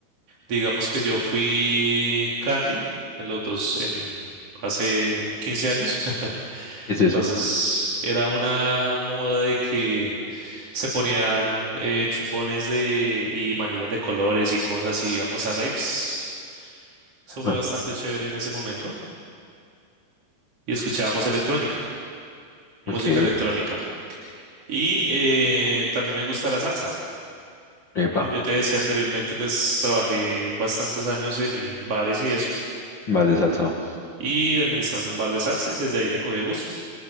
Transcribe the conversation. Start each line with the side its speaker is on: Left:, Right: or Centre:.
Right: Digamos que yo fui Candy en los dos, en hace 15 años. <laughs>
Left: ¿Qué es eso?
Right: Entonces era una moda de que se ponían eh, chupones de y manillas de colores y cosas y íbamos a raves.
Left: <laughs>
Right: Eso fue
Left: Ajá,
Right: bastante chévere en ese momento. Y escuchábamos electrónica, música
Left: Ok,
Right: electrónica. Y eh, también me gusta la salsa.
Left: epa,
Right: Como yo te decía anteriormente, pues trabajé bastantes años en bares y eso,
Left: vas de salsa.
Right: y administrando un bar de salsa, y desde ahí le cogí el gusto.